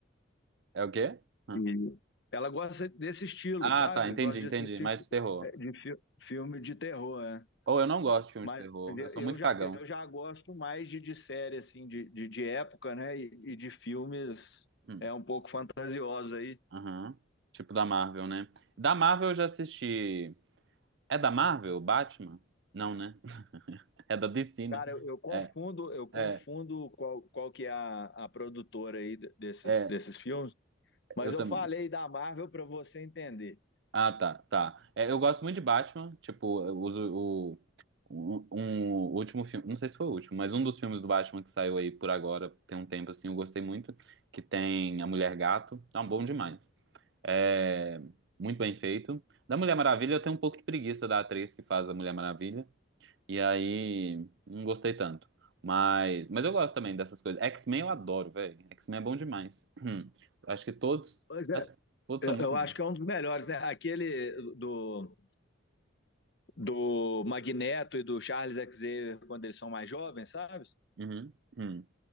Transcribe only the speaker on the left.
E ela gosta desse estilo,
sabe?
Gosta
de assistir
é, de fi- filme de terror, né?
Mas
eu,
eu
já,
eu já gosto mais de, de série, assim, de, de, de época, né? E, e de filmes
é, um pouco fantasiosos aí.
Cara, eu, eu confundo,
eu confundo
qual, qual que é a, a produtora aí de- desses,
desses filmes. Mas
eu
falei da Marvel para você entender.
Pois é,
eu,
eu,
acho que é um dos melhores, né? Aquele do, do Magneto e do Charles Xavier quando eles são mais jovens, sabe?